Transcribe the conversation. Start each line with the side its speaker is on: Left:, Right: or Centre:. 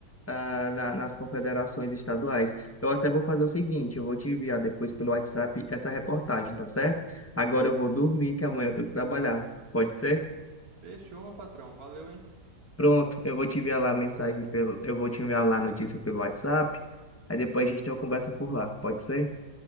Left: ah, na- nas confederações estaduais. Eu até vou fazer o seguinte, eu vou te enviar depois pelo WhatsApp essa reportagem, tá certo? Agora eu vou dormir, que amanhã eu tenho que trabalhar. Pode ser?
Right: Fechou, meu patrão. Valeu, hein?
Left: Pronto, eu vou te enviar lá a mensagem pelo, eu vou te enviar lá a notícia pelo WhatsApp. Aí depois a gente tem uma conversa por lá, pode ser?